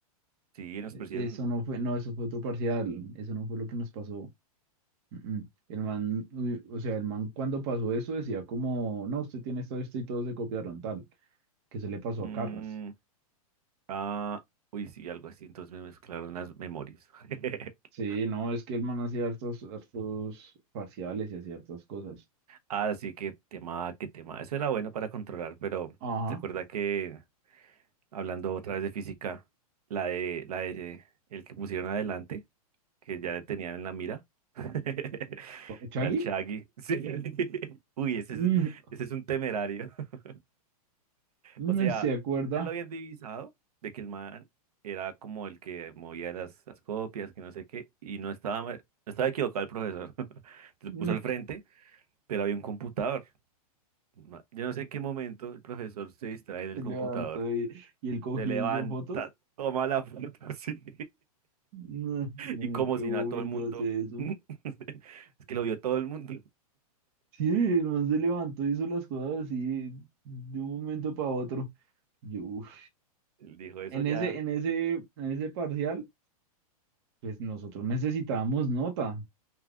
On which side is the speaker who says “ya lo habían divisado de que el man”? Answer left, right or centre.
Right